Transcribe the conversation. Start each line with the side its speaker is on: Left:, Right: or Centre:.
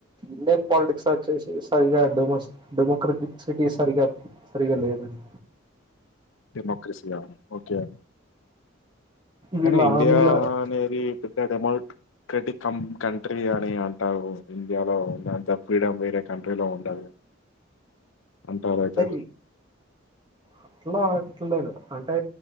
Right: ఇండియన్ పాలిటిక్స్ వచ్చే సరిగాడెమ డెమోక్రటిక్ సిటీ సరిగా సరిగా లేదండి
Left: డెమోక్రసీ యా ఓకే
Right: వీళ్ళ
Left: నే ఇండియానేది
Right: హామీల
Left: పెద్ద డెమోక్రటిక్ క కంట్రీ అని అంటారు ఇండియాలోంతా ఫ్రీడమ్ వేరే కంట్రీలో ఉండదు అంటారు
Right: అంటే
Left: అయితే
Right: అట్లా అట్లేదు అంటే